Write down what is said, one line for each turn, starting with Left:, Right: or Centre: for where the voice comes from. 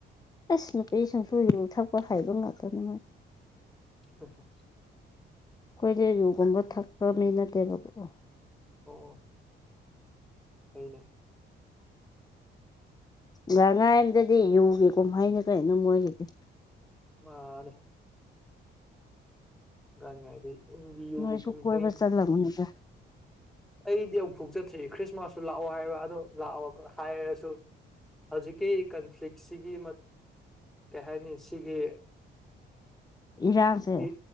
Left: ꯑꯁ ꯅꯨꯄꯤ ꯁꯨꯡꯁꯨ ꯌꯨ ꯊꯛꯄ ꯍꯩꯕ ꯉꯥꯛꯇꯅꯤ ꯃꯣꯏ
Centre: ꯍ
Left: ꯑꯩꯈꯣꯏꯗꯤ ꯌꯨꯒꯨꯝꯕ ꯊꯛꯄ ꯃꯤ ꯅꯠꯇꯦꯕꯀꯣ
Centre: ꯑꯣ ꯀꯩꯅꯦ
Left: ꯒꯥꯡ ꯉꯥꯏ ꯑꯝꯗꯗꯤ ꯌꯨꯒꯦ ꯀꯨꯝꯍꯩꯅꯤ ꯀꯩꯅꯣ ꯃꯣꯏꯒꯤꯗꯤ
Centre: ꯃꯥꯅꯦ ꯒꯥꯅꯤꯉꯥꯢꯗꯤ ꯌꯨꯒꯤ
Left: ꯅꯣꯏꯁꯨ
Centre: ꯀꯨꯝꯍꯩ
Left: <inaudible> <unintelligible>
Centre: ꯑꯩꯗꯤ ꯑꯃꯨꯛꯐꯨ ꯆꯠꯇ꯭ꯔꯤ ꯈ꯭ꯔꯤꯁꯃꯥꯁꯁꯨ ꯂꯥꯛꯑꯣ ꯍꯥꯏꯔ ꯑꯗꯣ ꯂꯥꯛꯑꯣꯒ ꯍꯥꯏꯔꯁꯨ ꯍꯧꯖꯤꯛꯀꯤ ꯀꯟꯐ꯭ꯂꯤꯛꯁꯤꯒꯤ ꯀꯩ ꯍꯥꯏꯅꯤ ꯁꯤꯒꯤ
Left: ꯏꯔꯥꯡꯁꯦ
Centre: ꯏ